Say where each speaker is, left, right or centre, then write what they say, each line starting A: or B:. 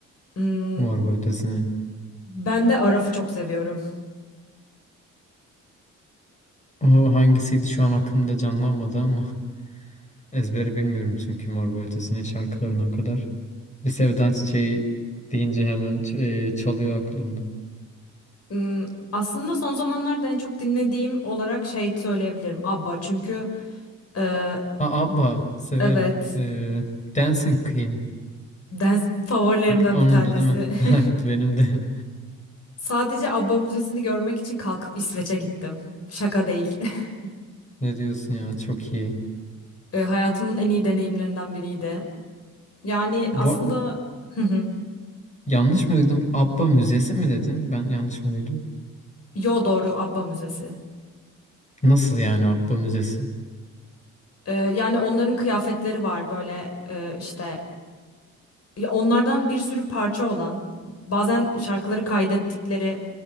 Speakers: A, on the left; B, on the left.
A: Hmm,
B: Mor ve Ötesi'nin.
A: ben de Araf'ı çok seviyorum.
B: O hangisiydi şu an aklımda canlanmadı ama <laughs> ezberi bilmiyorum çünkü Mor ve Ötesi'nin şarkılarına o kadar. Bir Sevda Çiçeği deyince hemen ç- e, çalıyor aklımda.
A: Hmm, aslında son zamanlarda en çok dinlediğim olarak şey söyleyebilirim. ABBA çünkü e,
B: Aa, ABBA severim.
A: evet
B: E, Dancing Queen.
A: dans favorilerimden
B: Onun
A: bir tanesi.
B: da değil mi?
A: <laughs>
B: <laughs> Benim de.
A: Sadece ABBA müzesini görmek için kalkıp İsveç'e gittim. Şaka değil. <laughs>
B: Ne diyorsun ya? Çok iyi.
A: E, hayatımın en iyi deneyimlerinden biriydi. Yani
B: Bu,
A: aslında
B: ar-
A: Hı hı.
B: yanlış mı duydum? ABBA müzesi mi dedin? Ben yanlış mı duydum?
A: yo doğru ABBA müzesi.
B: Nasıl yani ABBA müzesi?
A: E, yani onların kıyafetleri var böyle e, işte ya onlardan bir sürü parça olan bazen şarkıları kaydettikleri